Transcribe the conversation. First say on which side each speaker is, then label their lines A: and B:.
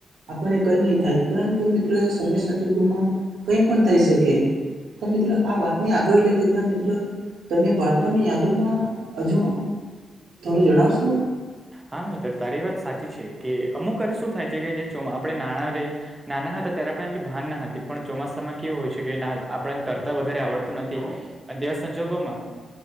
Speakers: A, on the right; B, on the right.
A: આપને કઈ નહી થાય પરંતુ મિત્રો સમય સંજોગોમાં કઈ પણ થઈ શકે તો મિત્રો આ વાતને આગળ લઈ જતા મિત્ર તમે બાળપણની યાદોમાં હજુ થોડું જણાવશો
B: હા મિત્ર તારી વાત સાચી છે કે અમુક વારે શું થાય છે કે જે તો આપડે નાણાં રે નાના હતા ત્યારે પણ એટલી ભાન ના હતી પણ ચોમાસામાં કેવું હોય છે કે ન આપણે તરતા વધારે આવડતું નથી અને તેવા સંજોગોમાં